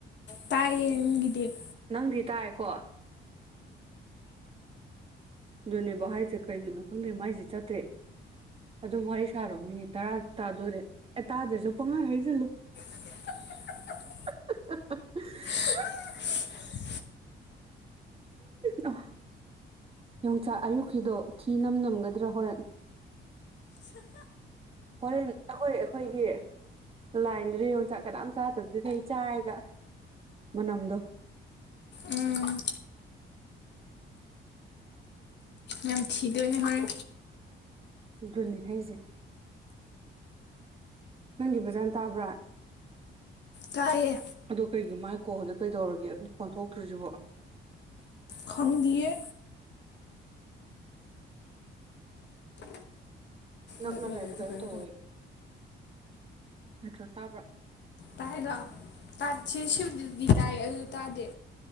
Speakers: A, on the left (about 60°); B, on the right (about 30°).
A: ꯇꯥꯏꯌꯦꯟꯒꯤꯗꯤꯞ
B: ꯅꯪꯗꯤ ꯇꯥꯔꯦꯀꯣ ꯑꯗꯨꯗꯨꯅꯦꯕꯍ ꯍꯥꯏꯁꯦ ꯀꯩꯒꯤꯅꯣ ꯈꯪꯗꯦ ꯃꯥꯏꯁꯦ ꯆꯠꯇ꯭ꯔꯦ ꯑꯗꯨꯝ ꯋꯥꯔꯤ ꯁꯥꯔꯣ ꯃꯤꯅꯤꯠ ꯇꯔꯥ ꯇꯥꯗꯣꯏꯔꯦ ꯑꯦ ꯇꯥꯗ꯭ꯔꯁꯨ ꯄꯪꯉꯥ ꯍꯥꯏꯁꯤꯜꯂꯨ
A: <unintelligible>
B: <unintelligible>
A: <unintelligible>
B: ꯎꯝ ꯑ ꯌꯣꯡꯆꯥꯛ ꯑꯌꯨꯛꯀꯤꯗꯣ ꯊꯤ ꯅꯝ ꯅꯝꯒꯗ꯭ꯔꯥ ꯍꯣꯔꯦꯟ ꯍꯣꯔꯦꯟ ꯑꯩꯈꯣꯏ ꯑꯩꯈꯣꯏꯒꯤ ꯂꯥꯏꯗ꯭ꯔꯦ ꯑꯣꯟꯆꯥꯛ ꯀꯅꯥꯝ ꯆꯥꯗꯕꯗꯨꯔꯦ ꯆꯥꯏꯒ ꯃꯅꯝꯗ
A: ꯎꯝ ꯌꯥꯝ ꯊꯤꯗꯣꯏꯅꯦ ꯍꯔꯦ
B: ꯑꯗꯨꯅꯤ ꯍꯥꯏꯁꯦ ꯅꯪꯒꯤ ꯐꯖꯥꯅ ꯇꯥꯕ꯭ꯔꯥ
A: ꯀꯥꯏꯌꯦ
B: ꯑꯗꯣ ꯀꯩꯒꯤ ꯃꯥꯏ ꯀꯣ ꯍꯧꯖꯤꯛ ꯀꯩꯗꯧꯔꯒꯦ ꯈꯣꯟꯊꯣꯛꯇ꯭ꯔꯤꯁꯤꯕꯣ
A: ꯈꯪꯒ
B: ꯅꯛ
A: ꯅꯛꯂꯒꯁꯨ
B: ꯅꯁꯨ ꯀꯩꯅꯝ
A: ꯀꯩꯅꯣ
B: ꯇꯧꯋꯦ ꯅꯠꯇ꯭ꯔꯥ ꯇꯥꯕ꯭ꯔꯥ
A: ꯇꯥꯏꯣ ꯇꯥ ꯁꯤꯗꯤ ꯇꯥꯏ ꯑꯗꯨ ꯇꯥꯗꯦ